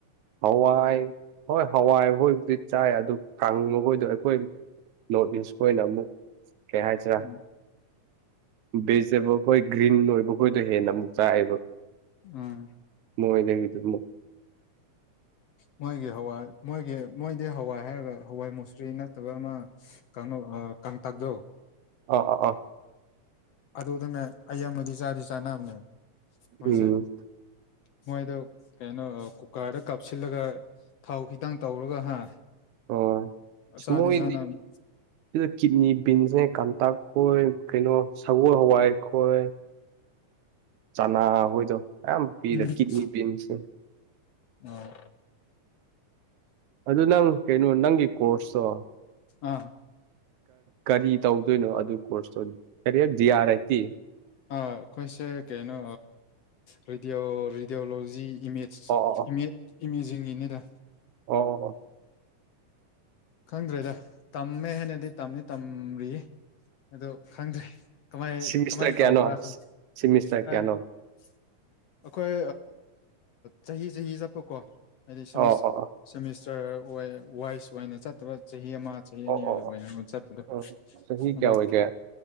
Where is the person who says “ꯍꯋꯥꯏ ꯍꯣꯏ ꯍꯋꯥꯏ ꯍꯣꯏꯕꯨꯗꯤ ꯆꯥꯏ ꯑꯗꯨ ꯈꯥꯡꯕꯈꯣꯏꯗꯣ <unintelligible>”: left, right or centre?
Right